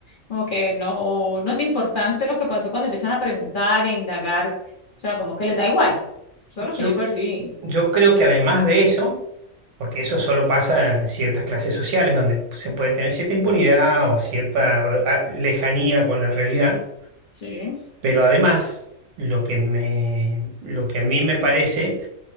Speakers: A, on the left; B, on the right.
A: como que no, no es importante lo que pasó cuando empiezan a preguntar, a indagar, o sea, como que les da igual, eso es lo
B: Yo
A: que yo percibí,
B: Yo creo que además de eso, porque eso solo pasa en ciertas clases sociales donde se puede tener cierta impunidad o cierta ah, lejanía con la realidad,
A: sí,
B: pero además lo que me, lo que a mí me parece